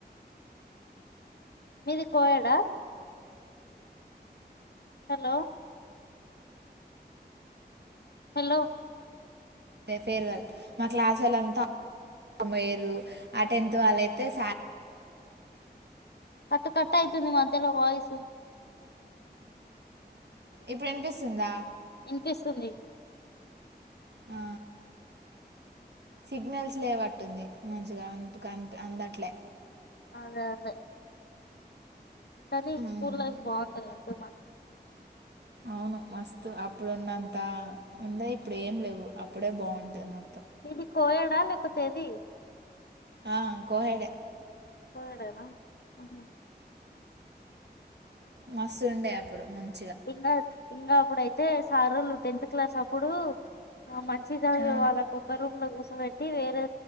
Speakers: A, on the left; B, on the right.
A: మీది కోయాడా హలో హలో
B: ఏ ఫేర్వెల్ మా క్లాస్ అంతా పోయిరు ఆ టెన్త్ వాళ్ళు అయితే సా
A: కట్ కట్ అయితుంది. మధ్యలో వాయిసు
B: ఇప్పుడు ఇనిపిస్తుందా
A: ఇనిపిస్తుంది
B: ఆ, సిగ్నల్స్ లేవట్టుంది మంచిగా అనపుక్ అందట్లే
A: అదే అదే కానీ
B: ఉమ్,
A: స్కూల్ లైఫ్ బావుంటదంటున్న
B: అవును మస్తు అప్పుడున్నంత ఉండే ఇప్పుడు ఏం లేవు అప్పుడే బావుంటది మొత్తం
A: మీది కోయాడా లేకపోతే ఏది
B: ఆ కోహెయేడే
A: కోయేడెనా హు హు
B: మస్తు ఉండే అప్పుడు మంచి
A: ఇంగా ఇంగా అప్పుడైతే సారోళ్ళు టెన్త్ క్లాస్ అప్పుడు ఆ మంచి చదివే
B: ఆ,
A: వాళ్ళకి ఒక్క రూమ్ లో గుసబెట్టి వేరే